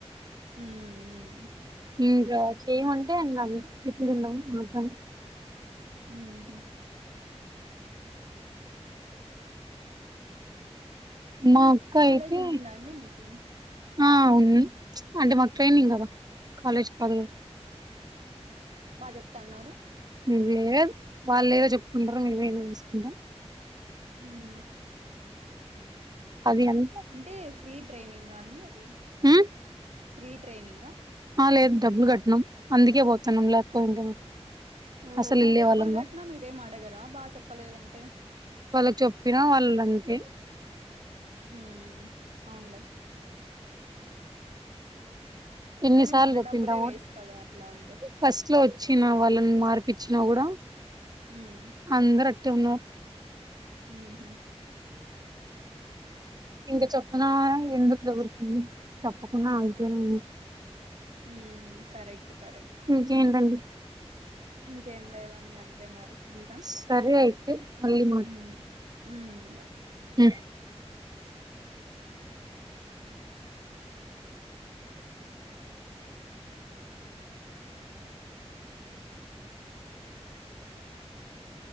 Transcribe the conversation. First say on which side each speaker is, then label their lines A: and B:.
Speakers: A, on the right; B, on the right.
A: ఉమ్మ్
B: ఇంకా చేయమంటే ఇంగ అంతే తిట్లు తినడం మాత్రమే
A: ఉహు
B: మా అక్క
A: కాలేజ్
B: అయితే
A: ఉన్నునండి మీకి
B: ఆ ఉన్ని అంటే మాకు ట్రైనింగ్ కదా కాలేజ్ కాదు కదా
A: బా చెపుతున్నార
B: ఉహు లేద్ వాళ్ళు ఏదో చెప్పుకుంటారు మేమేదో చేసుకుంటాం
A: ఉమ్
B: అవి అన్
A: అంటే ఫ్రీ ట్రైనింగ్ అండి అది
B: ఉమ్
A: ఫ్రీ ట్రైనింగ్ ఆ
B: ఆ లేదు డబ్బులు కట్నాం అందుకే పోతున్నాం లేకపోయింటే
A: ఓహో
B: అసలు
A: మరి
B: వెళ్ళే
A: డబ్బులు
B: వాళ్ళంగా
A: కట్టినా మీరేం అడగరా బాగా చెప్పలేదంటే
B: వాళ్ళకి చెప్పినా వాళ్ళంతే
A: హ్మ్మ్ అవునలే
B: ఎన్నిసార్లు
A: కానీ మన
B: చెప్పింటాము
A: డబ్బులే వేస్ట్ కదా అట్లా ఉంటే
B: ఫస్ట్ లో వచ్చిన వాళ్ళని మార్పిచ్చిన కూడా
A: ఉమ్
B: అందరూ అటే ఉన్నరూ
A: ఉహూ
B: ఇంక చెప్పిన ఎందుకులే ఉరికింది చెప్పకుండా అయిపోయినండి
A: హుమ్మ్ కరెక్ట్ కరెక్ట్
B: ఇంకేంటండి
A: ఇంకేం లేదండి అంతే మరి ఉంటా
B: సరే అయితే మళ్ళీ
A: ఉమ్ ఉమ్ బాయ్
B: హు